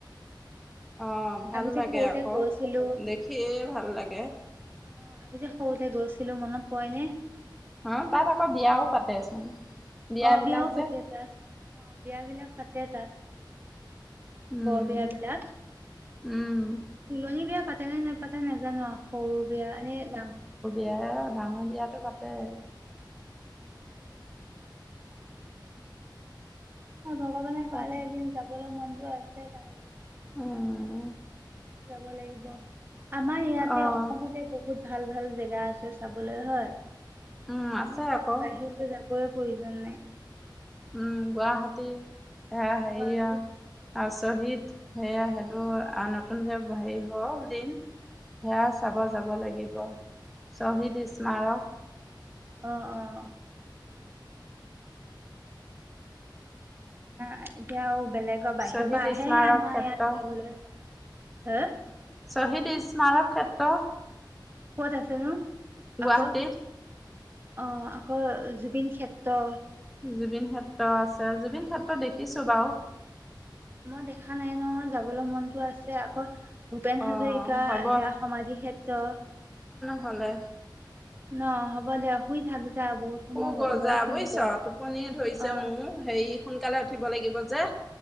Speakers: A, in the centre; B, on the right.
A: অ' ভাল
B: আমি যে
A: লাগে
B: সৰুতে
A: আকৌ,
B: গৈছিলো
A: দেখিয়ে ভাল লাগে।
B: অ' আমি যে সৰুতে গৈছিলো, মনত পৰে নে?
A: অ', তাত আকৌ বিয়াও পাতেচোন, বিয়া
B: অ
A: বিলাক
B: বিয়াও
A: যে।
B: পাতে তাত অ', বিয়াবিলাক পাতে তাত।
A: উম
B: বৰ বিয়া বিলাক।
A: উম।
B: তুলনি বিয়া পাতে নে নাপাতে নাজান নাজানো আৰু সৰু বিয়া নে ডাং
A: বিয়া, ডাঙৰ বিয়াটো পাতে।
B: উম। ভগৱানে
A: তাত
B: কোৱালে এদিন যাবলৈ মন টো আছে তালে।
A: উম
B: যাব লাগিব। আমাৰ ইয়াতে
A: অঁ
B: অসমতে বহু বহুত ভাল-ভাল জেগা আছে চাবলৈ হয়?
A: উম আছে
B: আমি
A: আকৌ
B: বাহিৰলৈ যাব ৱেই প্ৰয়োজন নাই।
A: উম, গুৱাহাটী সেয়া হেৰিঅ,
B: গুৱাহাটীত
A: আৰু
B: আছে।
A: শ্বহীদ, সেয়া সেইটো আনঅ নতুন যে ব-হেৰি হ'ল দিন। সেয়া চাব যাব লাগিব। শ্বহীদ ইছমাৰক।
B: অ', অ'। মানুহে এতিয়া আৰু বেলেগৰ বাহিৰৰ
A: শ্বহীদ
B: পৰা আহেহে
A: স্মাৰক
B: আমাৰ
A: ক্ষেত্ৰ
B: ইয়াত চাবলৈ। হা?
A: শ্বহীদ ইছমাৰক ক্ষেত্ৰ।
B: ক'ত আছেনো?
A: গুৱাহাটীত।
B: আকৌ অ', আকৌ জুবিন ক্ষেত্ৰ।
A: জুবিন ক্ষেত্ৰ আছে, জুবিন ক্ষেত্ৰ দেখিছো বাৰু।
B: মই দেখা নাই নহয়, যাবলৈ মনতো আছে, আকৌ ভূপেন হাজৰিকা,
A: অ' হ'ব
B: সেয়া সমাধি ক্ষেত্ৰ
A: হ'লেই।
B: ন? হ'ব দে শুই থাক। যা বহুত সময়
A: সু গজা
B: হ'ল ময়ো শুমগৈ
A: বুজিছ টোপনিয়ে ধৰিছে
B: অ
A: মোৰ। হেৰি সোনকালে উঠিব লাগিব যে।